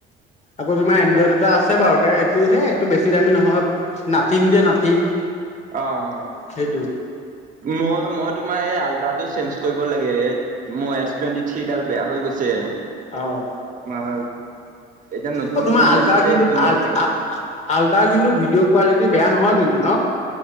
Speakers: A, on the left; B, on the right.
A: আকৌ তোমাৰ এনড্ৰইড এটা আছে বাৰু তে এইটো হে এইটো বেছি দামী নহয় নাথিং দিয়ে নাথিং
B: অঁ,
A: সেইটো।
B: মই মই তোমাৰ এই আলটাটো চেঞ্জ কৰিব লাগে এই মোৰ এছ টুৱেণ্টি থ্ৰীডাল বেয়া হৈ গৈছে।
A: অঁ
B: তোমাৰ এতিয়া নতুনটো
A: অঁ তোমাৰ
B: ওলাইছে
A: আল্টা
B: যে
A: কিন্তু
B: সেইটো ল'ম
A: আ
B: চাগে।
A: আল্টাৰ কিন্তু ভিডিঅ' কোৱালিটি বেয়া নহয় কিন্তু ন?